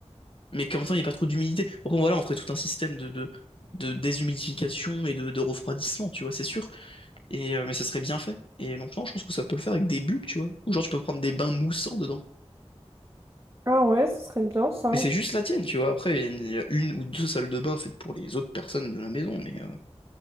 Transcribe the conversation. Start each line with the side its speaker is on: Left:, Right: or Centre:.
Left: mais qu'en même temps, il n'y ait pas trop d'humidité. Bon, voilà, on ferait tout un système de, de, de déshumidification et de, de refroidissement, tu vois, c'est sûr. Et, euh, mais ça serait bien fait. Et donc, non, je pense que ça peut le faire avec des bulles, tu vois, ou genre, tu peux prendre des bains moussants dedans.
Right: Ah ouais, ce serait bien ça.
Left: Mais c'est juste la tienne, tu vois. Après, il y a une il y a une ou deux salles de bain faites pour les autres personnes de la maison, mais, euh,